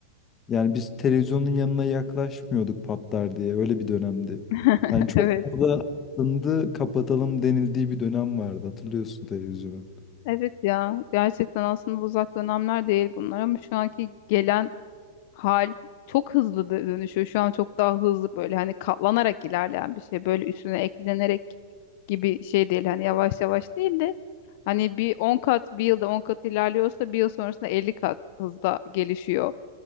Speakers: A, on the left; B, on the left.
A: yani biz televizyonun yanına yaklaşmıyorduk patlar diye öyle bir dönemdi.
B: <laughs>
A: Yani çok
B: Evet.
A: fazla ındı kapatalım denildiği bir dönem vardı hatırlıyorsun televizyonun.
B: Evet ya. Gerçekten aslında uzak dönemler değil bunlar ama şu anki gelen hal çok hızlı dö- dönüşüyor. Şu an çok daha hızlı böyle hani katlanarak ilerleyen bir şey. Böyle üstüne eklenerek gibi şey değil. Hani yavaş yavaş değil de hani bir on kat bir yılda 10 kat ilerliyorsa bir yıl sonrasında 50 kat hızda gelişiyor